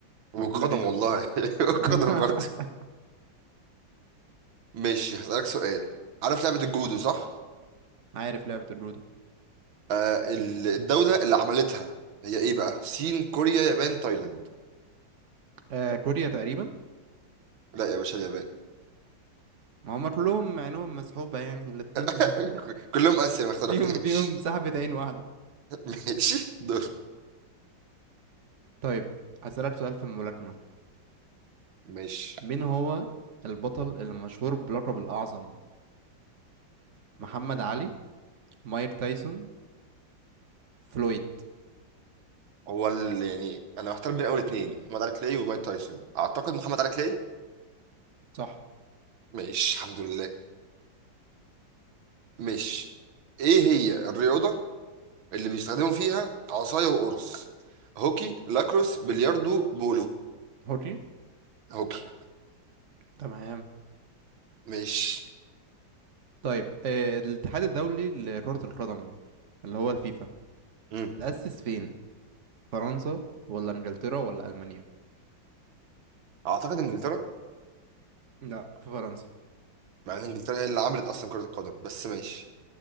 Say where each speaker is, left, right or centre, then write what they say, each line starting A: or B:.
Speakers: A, on the right; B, on the right.
A: والقدم
B: محدودة جدا
A: والله <laughs> والقدم
B: <laughs>
A: برضه ماشي هسألك سؤال عارف لعبة الجودو صح؟
B: عارف لعبة الجودة
A: آه ال- الدولة اللي عملتها هي إيه بقى؟ صين كوريا يابان تايلاند
B: آه كوريا تقريبا
A: لا يا باشا اليابان
B: هما كلهم عينهم مسحوبة يعني الاتنين
A: <laughs>
B: <laughs>
A: كلهم اسيا ما اختلفناش
B: فيهم فيهم سحبة عين واحدة
A: <laughs> ماشي دور
B: طيب هسألك سؤال في الملاكمة
A: ماشي
B: مين هو البطل المشهور بلقب الأعظم محمد علي مايك تايسون فلويد
A: هو ال... يعني انا محتار بين اول اتنين محمد علي كلاي ومايك تايسون اعتقد محمد علي كلاي
B: صح
A: ماشي الحمد لله ماشي ايه هي الرياضة اللي بيستخدموا فيها عصاية وقرص هوكي لاكروس بلياردو بولو
B: حري
A: هوكي
B: تمام
A: ماشي
B: طيب آه، الاتحاد الدولي لكرة القدم اللي هو الفيفا
A: امم
B: اتأسس فين فرنسا ولا انجلترا ولا ألمانيا
A: اعتقد انجلترا
B: لا في فرنسا
A: مع ان انجلترا هي اللي عملت اصلا كرة القدم بس ماشي